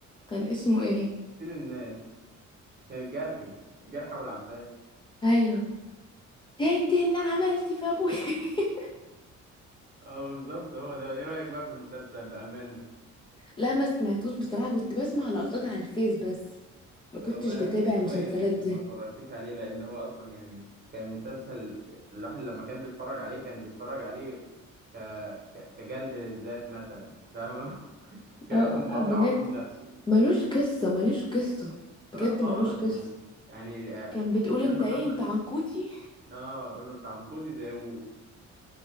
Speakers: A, on the left (about 15°); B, on the right (about 35°).
A: كان اسمه ايه
B: سيد الناس كان الجرحي الجرحى والعباس
A: ايوه ده انت اللي عملتي في ابويا <laughs>
B: اه بالظبط هو ده ايه رأيك بقى في المسلسل بأمانة
A: لا ما سمعتوش بصراحة كنت بسمع لقطات على الفيس بس ما كنتش
B: والله
A: بتابع
B: انت
A: المسلسلات
B: كويس انك
A: دي
B: ما اتفرجتيش عليه لان هو اصلا يعني كان مسلسل الواحد لما كان بيتفرج عليه كان بيتفرج عليه ك... ك... كجلد للذات مثلا فاهم <laughs> ك-
A: اه
B: ان
A: اه
B: هو
A: آه، بجد
B: بيعاقب نفسه
A: ملوش قصة ملوش قصة بجد
B: لا خالص
A: ملوش قصة
B: يعني يعني اعتزال
A: كان بتقول انت
B: محمد
A: ايه انت عنكودي
B: اه يقول له انت عنقودي زي ابوك